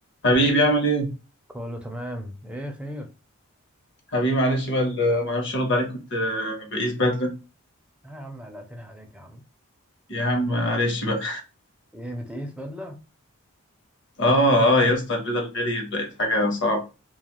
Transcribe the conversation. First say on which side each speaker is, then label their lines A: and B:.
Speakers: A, on the left; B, in the centre.
A: حبيبي اعمل ايه
B: كله تمام ايه خير
A: حبيبي معلش بقى ال- ما اعرفش ارد عليك كنت آه، بقيس بدله
B: آه يا عم قلقتني عليك يا عم
A: يا عم معلش بقى
B: ايه بتقيس بدلة
A: اه اه يا اسطى البدل غليت بقت حاجه صعبه